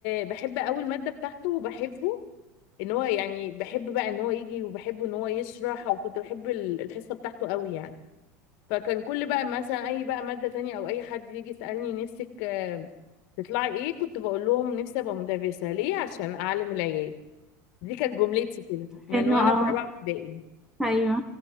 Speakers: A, on the left; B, in the centre.
A: بحب قوي الماده بتاعته وبحبه ان هو يعني بحب بقى ان هو يجي وبحب ان هو يشرح وكنت بحب ال- الحصه بتاعته قوي يعني فكان كل بقى مثلا اي بقى ماده تانية او اي حد يجي يسالني نفسك آه، تطلعي ايه كنت بقول لهم نفسي ابقى مدرسه ليه عشان اعلم العيال دي كانت جملتي كده من
B: حلو
A: وانا
B: اه
A: في رابعه ابتدائي
B: ايوه